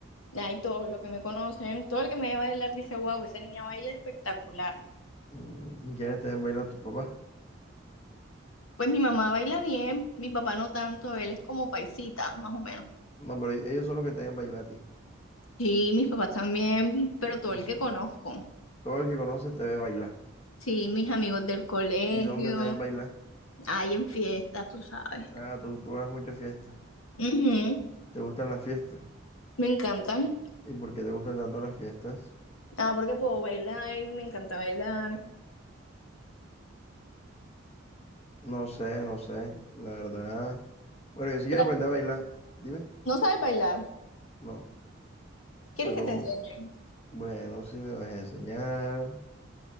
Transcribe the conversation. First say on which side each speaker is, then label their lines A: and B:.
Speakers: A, on the left (about 80°); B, on the left (about 30°).
A: Ay, todos los que me conocen, todo el que me ve bailar dice, wow, esa niña baila espectacular.
B: Mm, ¿Quiénes te ven bailar tu papá?
A: Pues mi mamá baila bien, mi papá no tanto, él es como paisita, más o menos.
B: No, pero e-, ellos son los que te ven bailar a ti.
A: Sí, mis papás también, pero
B: Y,
A: todo
B: o
A: el
B: sea,
A: que conozco.
B: todo el que conoce te ve bailar.
A: Sí, mis amigos del colegio,
B: ¿Y dónde te ven bailar?
A: hay en fiestas, tú sabes.
B: Ah, tú, tú vas a muchas fiestas.
A: Ujú,
B: ¿Te gustan las fiestas?
A: Me encantan.
B: ¿Y por qué te gustan tanto las fiestas?
A: Ah, porque puedo bailar, me encanta bailar.
B: No sé, no sé. La verdad. Bueno, yo sí quiero
A: Pero
B: aprender a bailar. Dime.
A: no sabes bailar.
B: No.
A: ¿Quieres
B: Pero
A: que te enseñe?
B: bueno, si me vas a enseñar.